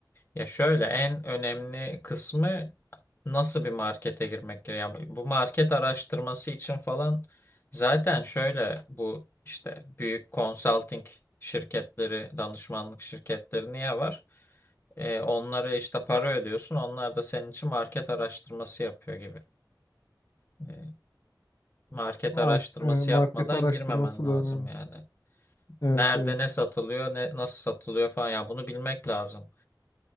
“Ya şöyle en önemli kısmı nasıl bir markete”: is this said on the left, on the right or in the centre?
Left